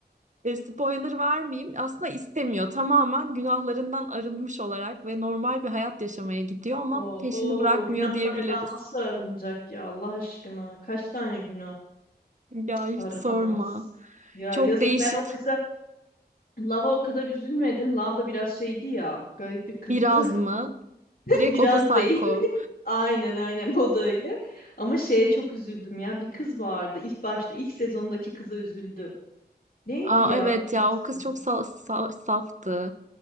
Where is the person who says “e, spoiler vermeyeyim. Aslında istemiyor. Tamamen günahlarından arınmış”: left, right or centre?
Right